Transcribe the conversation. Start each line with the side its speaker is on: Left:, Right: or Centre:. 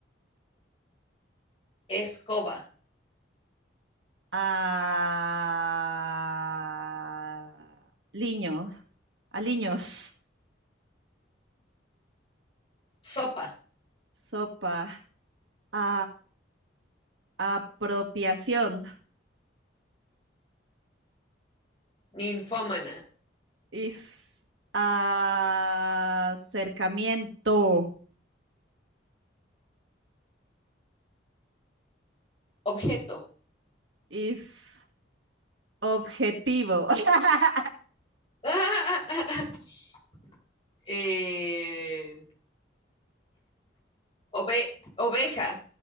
Left: Escoba.
Right: a liños, a liños,
Left: Sopa.
Right: sopa, a apropiación,
Left: Ninfómana.
Right: is acercamiento,
Left: Objeto.
Right: is objetivo. <laughs>
Left: <laughs> Eh, ove- oveja.